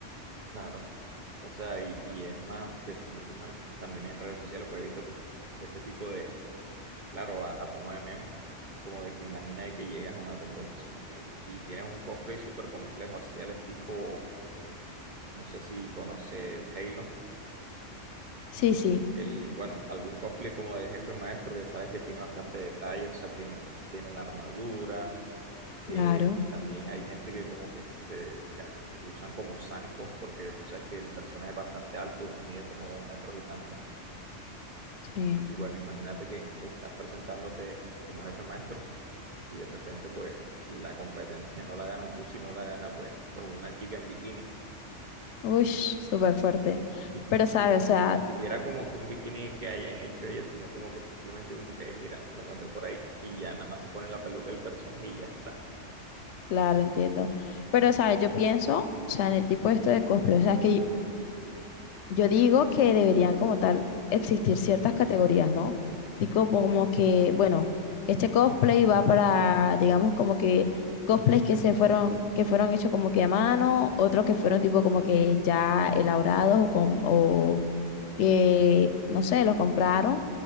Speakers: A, on the right (about 45°); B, on the left (about 70°).
A: claro. O sea, y, y es más que si no estoy mal, también en redes sociales pues he visto como ese tipo de, claro, a, a tono de meme, como de que imagina de que llegas a una convención, o sea, y, y tienes un cosplay súper complejo, así al tipo, no sé si conoces Halo,
B: Sí, sí,
A: el, bueno, algún cosplay como de jefe maestro que sabes que tiene bastante detalle, o sea, tiene, tiene la armadura, eh,
B: claro,
A: también hay gente que como que se dedica, usan como zancos, porque tú sabes que el personaje es bastante alto, mide como dos metros y tanto,
B: sí.
A: y bueno, imagínate que estás presentándote como jefe maestro y de repente pues la competencia no la ganas tú, si no la gana pues, pues una chica en bikini.
B: Uy, súper fuerte.
A: Y,
B: Pero, ¿sabes?
A: y-
B: O sea,
A: y ni siquiera como que un bikini que hayan hecho ellas, sino como que simplemente como que, "Ay, mira, lo encontré por ahí y ya nada más se pone la peluca del personaje y ya está.
B: claro, entiendo. Pero, ¿sabes? Yo pienso, o sea, en el tipo de esto de cosplay, o sea, es que Yo digo que deberían como tal existir ciertas categorías, ¿no? Tipo como que, bueno, este cosplay va para, digamos, como que cosplays que se fueron, que fueron hechos como que a mano, otros que fueron tipo como que ya elaborados o, con, o que, no sé, los compraron.